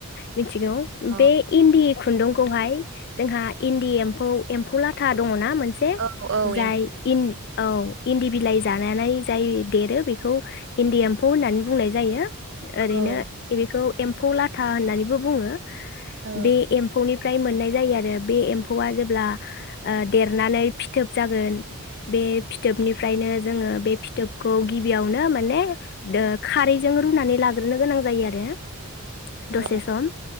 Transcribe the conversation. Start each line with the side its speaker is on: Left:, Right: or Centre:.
Left: मिथिगौ
Right: औ
Left: बे इन्दि खुन्दुंखौहाय जोंहा इन्दि एम फौखौ एम्फौला था दं। ना मोनसे
Right: औ औ
Left: जाय इन। औ इन्दि बिलाइ जानानै जाय देरो बेखौ इन्दि एम्फौ होननानै बुंनाय जायो। ओरैनो
Right: एम्फौ
Left: बेखौ एम्फौ लाथा होननानैबो बुङो
Right: औ
Left: बे एम्फौनि फ्राय मोननाय जायो आरो बे एम्फौआ जेब्ला देरनानै फिथोब जागोन बे फिथोबनिफ्रायनो जोङो बे फिथोबखौ गिबियावनो माने दो खारैजों रुनानै लाग्रोनो गोनां जायो आरो दे
Right: औ
Left: दसे सम